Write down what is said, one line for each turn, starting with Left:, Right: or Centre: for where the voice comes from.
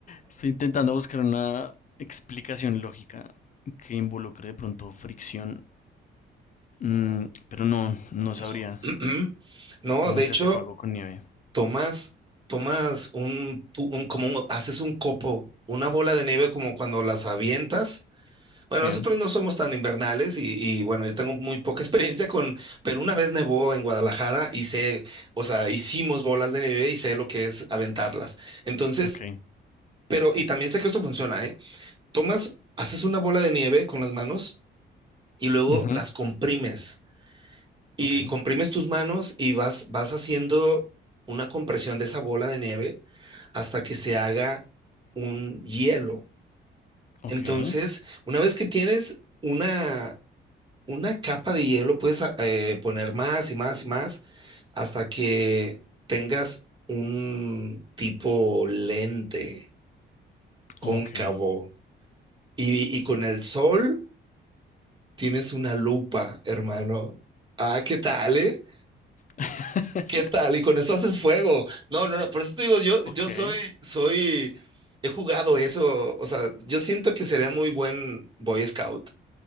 Left: Estoy intentando buscar una explicación lógica que involucre de pronto fricción, Mm, pero no, no
Right: no.
Left: sabría
Right: mm, mm. No,
Left: cómo
Right: de hecho,
Left: se hace fuego con nieve.
Right: tomas, tomas un, pu- un- como un- haces un copo, una bola de nieve como cuando las avientas. Bueno,
Left: Sí,
Right: nosotros no somos tan invernales y, y, bueno, yo tengo muy poca <laughs> experiencia con, pero una vez nevó en Guadalajara y sé, o sea, hicimos bolas de nieve y sé lo que es aventarlas. Entonces,
Left: ok.
Right: pero, y también sé que esto funciona, ¿eh? tomas, haces una bola de nieve con las manos y luego
Left: Ujú,
Right: las comprimes. Y
Left: Ok,
Right: comprimes tus manos y vas, vas haciendo una compresión de esa bola de nieve hasta que se haga un hielo.
Left: ok,
Right: Entonces, una vez que tienes una, una capa de hielo, puedes a- eh, poner más y más y más hasta que tengas un tipo lente cóncavo.
Left: ok.
Right: Y, y con el sol Tienes una lupa, hermano. Ah, ¿qué tal, eh?
Left: <laughs>
Right: ¿Qué tal? Y con eso haces fuego. No, no, no, por eso te digo, yo, yo
Left: Ok.
Right: soy, soy, he jugado eso, o sea, yo siento que sería muy buen Boy Scout.